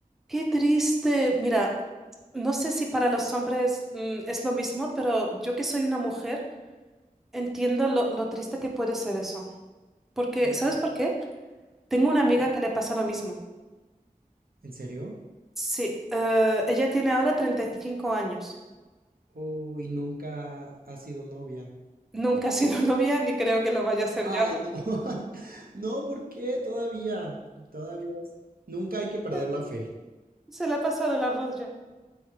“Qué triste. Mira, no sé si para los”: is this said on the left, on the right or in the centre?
Centre